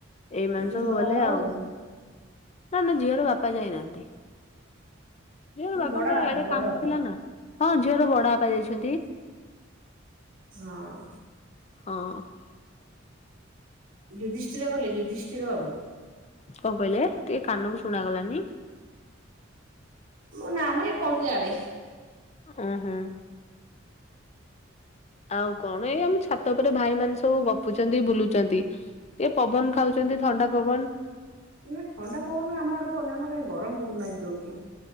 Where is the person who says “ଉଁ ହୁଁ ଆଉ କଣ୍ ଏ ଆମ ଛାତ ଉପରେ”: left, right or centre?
Left